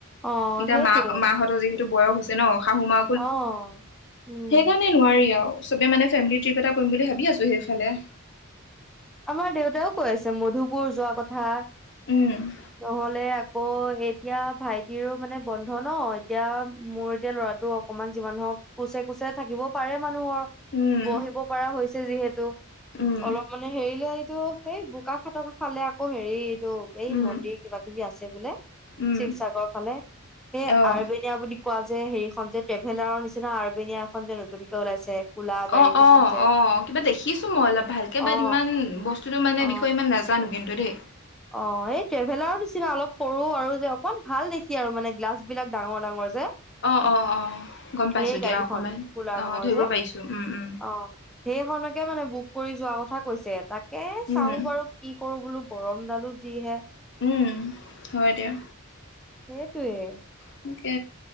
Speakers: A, in the centre; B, on the left.
A: অ
B: এতিয়া
A: সেইটোৱে
B: মা মাহঁতৰ যিহেতু বয়স হৈছে ন শাহু মা
A: অ'। উম
B: সেইকাৰণে নোৱাৰি আৰু, চবে মানে ফেমিলি ট্ৰিপ এটা কৰিম বুলি ভাবি আছোঁ সেইফালে।
A: আমাৰ দেউতাইও কৈ আছে মধুপুৰ যোৱা কথা।
B: উম।
A: নহ'লে আকৌ এতিয়া ভাইটিৰো মানে বন্ধ ন? এতিয়া মোৰ এতিয়া ল'ৰাট টো অকণমান যিমান নহওক কোছে কোছে চে থাকিব পাৰে মানুহৰ,
B: উম
A: বহিব পাৰা হৈছে যিহেতু,
B: উম
A: অলপমান এইটো, সেই বোকাখাটৰ ফালে আকৌ হেৰি এইটো এই,
B: উম
A: মন্দিৰ কিবা কিবি আছে বোলে?
B: উম
A: শিৱসাগৰ ফালে, সেই
B: অহ।
A: আৰবেনিয়া বুলি কোৱা যে হেৰিখন যে, ট্ৰেভেলাৰৰ নিচিনা আৰবেনিয়া এখন যে নতুনকে ওলাইছে কোলা গাড়ী
B: অ,
A: কেইখন
B: অ,
A: যে
B: অ'। কিবা দেখিছোঁ মই অলপ ভালকে বাত
A: অ
B: ইমান, বস্তুটো মানে
A: অ
B: বিষয়ে ইমান নাজানো কিন্তু দেই।
A: অ, এই ট্ৰেভেলাৰৰ নিচিনা অলপ সৰু আৰু যে অকন ভাল দেখি আৰু, মানে গ্লাছ বিলাক ডাঙৰ ডাঙৰ যে
B: অ, অ, অ গ'ম
A: সেই
B: পাইছোঁ
A: গাড়ীখন
B: দিয়া, অকমান
A: কোলা
B: অ'
A: ৰঙৰ
B: ধৰিব
A: যে
B: পাৰিছোঁ। উ, উম।
A: অ, হেইখনকে মানে বুক কৰি যোৱা কথা কৈছে, তাকে চাওঁ
B: উম
A: বাৰু কি কৰোঁ বোলো, গৰম ডালো যিহে
B: উম, হয় দিয়া।
A: সেইটোৱেই।
B: তাকে